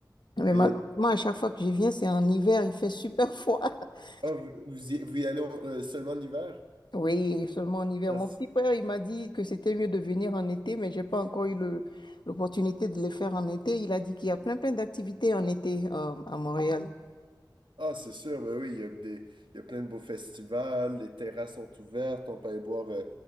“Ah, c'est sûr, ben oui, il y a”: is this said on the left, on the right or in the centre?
Right